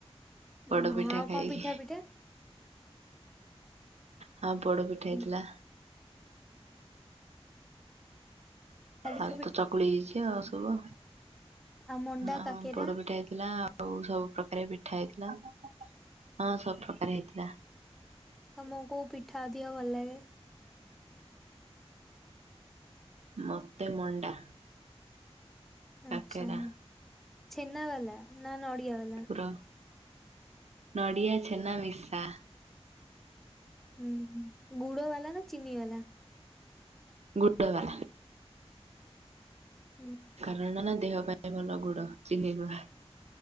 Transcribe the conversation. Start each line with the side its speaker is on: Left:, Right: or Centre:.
Right: ପଡ
Centre: ହଁ
Right: ପିଠା
Centre: ଆଉ କଣ
Right: ଖାଇକି।
Centre: ପିଠା
Right: ହଁ ପୋଡ ପିଠା
Centre: ହୁଁ
Right: ହେଇଥିଲା।
Centre: ଖାଲି
Right: ଆଉ
Centre: ପି
Right: ତ ଚକୁଳି ହେଇଛି ଆଉ ସବୁ।
Centre: ଆଉ ମଣ୍ଡା
Right: ହଁ
Centre: କାକେରା
Right: ହଁ ପୋଡପିଠା ହେଇଥିଲା। ଆଉ ସବୁ ପ୍ରକାର ପିଠା ହେଇଥିଲା ହଁ ସବୁପକାର ହେଇଥିଲା।
Centre: ତମକୁ କୋଉ ପିଠା ଅଧିକ ଭଲ ଲାଗେ।
Right: ମତେ ମଣ୍ଡା।
Centre: ଆଚ୍ଛା
Right: କାକେରା
Centre: ଛେନା ବାଲା ନା ନଡ଼ିଆ ବାଲା।
Right: ପ୍ର ନଡିଆ ଛେନା ମିସା
Centre: ହୁଁ ଗୁଡ ବାଲା ନା ଚିନି ବାଲା।
Right: ଗୁଡ଼ ବାଲା।
Centre: ହୁଁ
Right: କାରଣ ନା ଦେହ ପାଇଁ ଭଲ ଗୁଡ ଚିନହ୍ନି ନୁଆଁ।